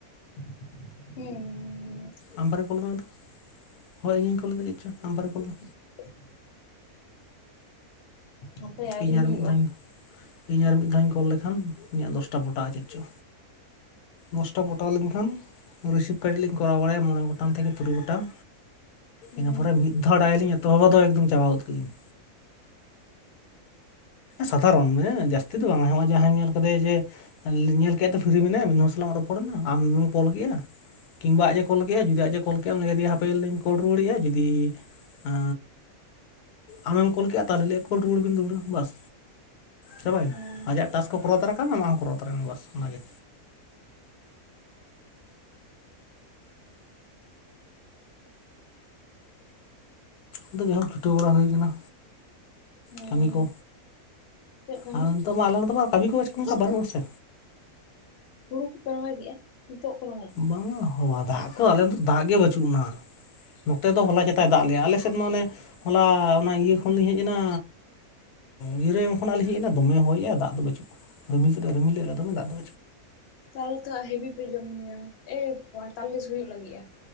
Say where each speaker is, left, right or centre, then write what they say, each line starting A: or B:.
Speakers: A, on the left; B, on the left.
A: ᱦᱩᱸ ᱻ
B: ᱟᱢ ᱯᱟᱨᱤ ᱠᱚᱞ ᱢᱮ ᱛᱫᱚ ᱦᱳᱭ ᱤᱧᱤᱧ ᱠᱞ ᱞᱮᱫᱟ ᱪᱮᱫ ᱪᱚ ᱟᱢ ᱯᱟᱨᱤ ᱠᱚᱞ ᱢᱮ
A: <inaudible> ᱦᱟᱯᱮ ᱟᱹᱣᱨᱤ
B: ᱤᱧ
A: ᱦᱩᱭᱩᱜᱼᱟ
B: ᱟᱨ ᱢᱤᱫ ᱫᱷᱟᱣ ᱤᱧ ᱟᱨ ᱢᱤᱫ ᱫᱷᱟᱣ ᱤᱧ ᱠᱚᱞ ᱞᱮ ᱠᱷᱟᱱ ᱤᱧᱟᱹᱜ ᱫᱚᱥᱴᱟ ᱯᱚᱴᱟᱼᱟ ᱪᱮᱫ ᱪᱚ ᱫᱚᱥᱴᱟ ᱯᱚᱴᱟᱣ ᱞᱮᱱ ᱠᱷᱟᱱ ᱨᱤᱥᱤᱵᱷ ᱠᱟᱹᱴᱤᱡ ᱞᱤᱧ ᱠᱚᱨᱟᱣ ᱵᱟᱲᱟᱭᱟ ᱢᱚᱬᱮ ᱜᱚᱴᱟᱝ ᱛᱷᱮᱠᱮ ᱛᱩᱨᱩᱭ ᱜᱚᱴᱟᱝ
A: ᱦᱩᱸ
B: ᱤᱱᱟᱹ ᱯᱚᱨᱮ ᱢᱤᱫ ᱫᱷᱟᱣ ᱰᱟᱭ ᱞᱤᱧ ᱮᱛᱚ ᱦᱚᱵ ᱫᱚ ᱮᱠ ᱫᱚᱢ ᱪᱟᱵᱟᱣ ᱜᱚᱫ ᱠᱟᱹᱜ ᱤᱧ ᱥᱟᱫᱷᱟ ᱨᱚᱱ ᱢᱟᱱᱮ ᱡᱟᱹᱥᱛᱤ ᱫᱚ ᱵᱟᱝ ᱱᱚᱼᱼᱟ ᱡᱟᱦᱟᱸᱭ ᱧᱮᱞ ᱠᱟᱫᱟᱭ ᱡᱮ ᱧᱮᱞ ᱠᱮᱫ ᱯᱷᱤᱨᱤ ᱢᱮᱱᱟ ᱭᱟ ᱢᱤᱫ ᱦᱚᱲ ᱥᱟᱞᱟᱜ ᱨᱚᱯᱚᱲ ᱱᱟ ᱟᱢᱮᱢ ᱠᱚᱞ ᱠᱮᱫ ᱮᱜᱼᱟ᱾ ᱠᱤᱱ ᱵᱟ ᱟᱡ ᱮ ᱠᱚᱞ ᱠᱮᱫᱟ ᱡᱩᱫᱤ ᱟᱡ ᱮ ᱠᱚᱞ ᱠᱮᱜᱼᱟ ᱩᱱ ᱜᱮ ᱦᱟᱯᱮ ᱞᱤᱧ ᱠᱚᱞ ᱨᱩᱣᱟᱹᱲ ᱮᱜᱼᱟ ᱡᱩᱫᱤ ᱟᱻᱻ ᱟᱢᱮᱢ ᱠᱚᱞ ᱠᱮᱫᱟ ᱛᱟᱦᱞᱮ ᱠᱚᱞ ᱨᱩᱣᱟᱹᱲ ᱵᱮᱱ ᱫᱩᱲᱦᱟᱹ ᱵᱟᱥ ᱪᱵᱟᱭ
A: ᱦᱩᱸ
B: ᱱᱟ ᱟᱡᱟᱜ ᱴᱟᱥ ᱠᱚ ᱠᱚᱨᱟᱣ ᱛᱟᱨᱟ ᱠᱟᱜᱼᱟ ᱟᱢᱟᱜ ᱦᱚᱸ ᱠᱚᱨᱟᱣ ᱛᱟᱨᱟᱭ ᱟᱢ ᱵᱟᱥ ᱚᱱᱟ ᱜᱮ ᱟᱫᱚ ᱡᱟᱦᱟᱸ ᱦᱳᱠ ᱪᱷᱩᱴᱟᱹᱣ ᱵᱟᱲᱟ ᱦᱩᱭ ᱟᱠᱟᱱᱟ᱾
A: ᱦᱮᱸ
B: ᱠᱟᱹᱢᱤ ᱠᱚ
A: ᱪᱮᱫ ᱠᱟᱹᱢᱤ
B: ᱟᱨ ᱱᱤᱛᱳᱜ ᱢᱟ ᱟᱞᱮ ᱱᱤᱛ ᱢᱟ ᱠᱟᱹᱢᱤ ᱠᱚ ᱚᱱᱠᱟ ᱵᱟᱹᱱᱩᱜ ᱟᱥᱮ
A: ᱦᱩᱲᱩ ᱠᱚ ᱯᱮ ᱨᱚᱦᱚᱭ ᱠᱮᱜᱼᱟ ᱱᱤᱛᱚᱜ ᱠᱚ ᱨᱚᱦᱚᱭ-ᱟ᱾
B: ᱵᱟᱝ-ᱟ ᱦᱚᱸ ᱫᱟᱜ ᱠᱚ ᱟᱞᱮ ᱫᱚ ᱫᱟᱜ ᱜᱮ ᱵᱟᱹᱪᱩᱜ-ᱟ᱾ ᱱᱚᱛᱮ ᱫᱚ ᱦᱚᱞᱟ ᱪᱮᱛᱟ ᱫᱟᱜ ᱞᱮ ᱟᱞᱮᱥ ᱥᱮᱫ ᱢᱟᱱᱮ ᱦᱚᱞᱟ ᱚᱱᱟ ᱤᱭᱟᱹ ᱠᱷᱚᱱ ᱞᱤᱧ ᱦᱮᱡ ᱮᱱᱟ ᱜᱤᱨᱟᱹ ᱮᱢ ᱠᱷᱚᱱᱟᱜ ᱞᱤᱧ ᱦᱮᱡ ᱮᱱᱟ ᱫᱚᱢᱮ ᱦᱚᱭᱼᱟ ᱫᱟᱜ ᱫᱚ ᱵᱟᱹᱪᱩᱜᱼᱟ᱾ ᱨᱤᱢᱤᱞ ᱛᱮᱫ ᱨᱤᱢᱤᱞ ᱨᱮᱭᱟᱜ ᱫᱚᱢᱮ ᱫᱟᱜ ᱫᱚ
A: ᱛᱟᱦᱞᱮ ᱛᱚ ᱦᱮᱵᱤ ᱯᱮ ᱡᱚᱢ ᱧᱩᱭᱟ ᱮ ᱯᱚᱸᱭ ᱛᱟᱞᱤᱥ ᱦᱩᱭᱩᱜ ᱞᱟᱹᱜᱤᱫᱼᱟ᱾